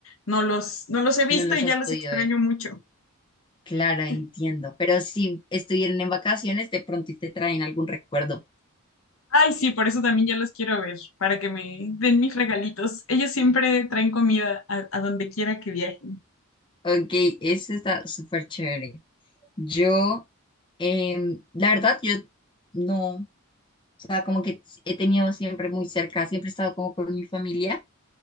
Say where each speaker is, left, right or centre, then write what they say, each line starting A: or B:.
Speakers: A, on the left; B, on the left.
A: no los, no los he visto
B: No los
A: y
B: has
A: ya los
B: podido
A: extraño
B: ver.
A: mucho.
B: Claro,
A: <laughs>
B: entiendo. Pero si estuvieron en vacaciones, de pronto y te traen algún recuerdo.
A: Ay, sí, por eso también ya los quiero ver, para que me den mis regalitos. Ellos siempre traen comida a, a donde quiera que viajen.
B: Ok, eso está súper chévere. Yo, em, la verdad, yo no, o sea, como que he tenido siempre muy cerca, siempre he estado como con mi familia,